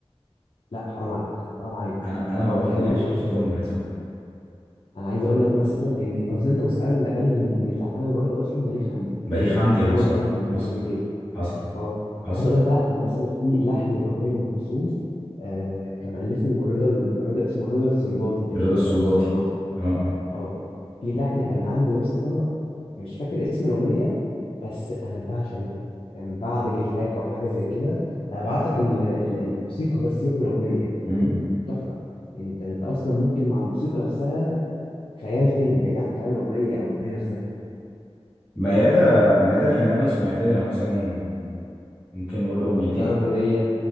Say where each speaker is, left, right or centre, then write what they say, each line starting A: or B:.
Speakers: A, on the left; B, on the left.
A: لا حرام عليك حرام عليك
B: انا انا
A: حرام
B: ما
A: عليك
B: بقتنعش
A: قوي يعني
B: بصوت ام كلثوم
A: انا عايز اقول لك مثلا ان قصدي انت بص اغلب الاغاني اللي متلحنه لوردة اصلا بليغ حمدي
B: بليغ
A: فاهم
B: حمدي
A: بليغ حمدي
B: حصل
A: برضو الف لام
B: حصل
A: كلثوم كتير
B: حصل
A: اه
B: حصل
A: انا عايز اقول لك بقى انا مثلا في لحن الاغنيه لام كلثوم آه كان مؤلفه رضا ال- رضا اسمه رضا السنباطي تقريبا
B: رضا السنباطي
A: او السنباطي
B: اه اه
A: اه في لحن كان عنده يا اسطى مش فاكر اسم الاغنيه بس انا بعشق اللحن ده. كان بعد جفاك او حاجه زي كده هبعت لك ال- ال- الموسيقى بس سيبك من الاغنيه فاهم
B: أمم.
A: تحفه انت انت اصلا ممكن مع الموسيقى نفسها خيال تاني بعيد عن كلام الاغنيه او الاغنيه نفسها
B: ميادة ميادة الحناوي سمعت لها مثلا ممكن نقول اغنيتين
A: للدرجه دي